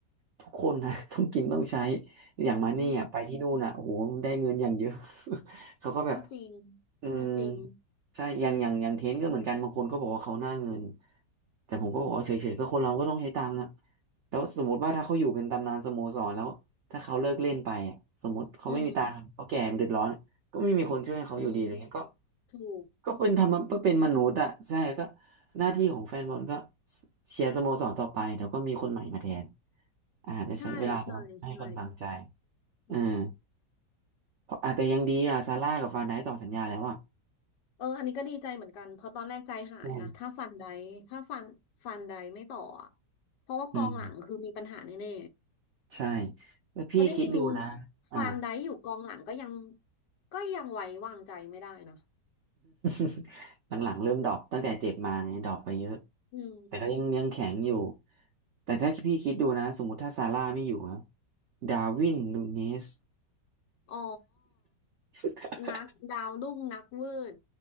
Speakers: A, on the right; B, on the left.
A: ทุกคนนะ <laughs> ต้องกินต้องใช้อย่างมาเนี่ยไปที่นู่นอ่ะโอ้โหได้เงินอย่างเยอะ
B: อืม
A: <laughs> เขาก็แบบ
B: ก็จริง
A: อืม
B: ก็จริง
A: ใช่อย่างอย่างอย่างเทนก็เหมือนกันบางคนก็บอกว่าเขาหน้าเงินแต่ผมก็บอกว่าเฉยๆก็คนเราก็ต้องใช้ตังค์อ่ะแล้วสมมติว่าถ้าเขาอยู่เป็นตำนานสโมสรแล้วถ้าเขาเลิกเล่นไปอ่ะสมมติเขาไม่มีตังค์เขาแก่เดือดร้อนก็ไม่มีคนช่วยเขาอยู่ดีอะไรเงี้ยก็
B: อืมอืมถูก
A: ก็เป็นทำเพเป็นมนุษย์อ่ะใช่ก็หน้าที่ของแฟนบอลก็เชียร์สโมสรต่อไปเดี๋ยวก็มีคนใหม่มาแทนอาจจะใช้เวลาแต่ว่าให้กำลังใจ
B: ใช่ใช่ใช่อืม
A: อืมเพราะอาจจะยังดีอ่ะซาร่ากับฟานไดต่อสัญญาแล้วอ่ะ
B: เอออันนี้ก็ดีใจเหมือนกันเพราะตอนแรกใจหายนะถ้าฟันไดถ้าฟันฟันไดไม่ต่ออะ
A: อื
B: เพราะว่ากองหลังคือมีปัญหาแน่
A: อืมใช่
B: ๆเพราะจริงๆฟันไดอยู่กองหลังก็ยัง
A: แล้วพี่คิดดูนะอ่า
B: ก็ยังไว้วางใจไม่ได้นะ
A: <laughs> หลังๆเริ่มดรอปตั้งแต่เจ็บมาไงดรอปไปเยอะ
B: อืม
A: แต่ก็ยังยังแข็งอยู่แต่ถ้าพี่คิดดูนะสมมติถ้าซาร่าไม่อยู่นะดาร์วินนูเนส
B: อ๋อ
A: <laughs>
B: นักดาวรุ่งนักวืด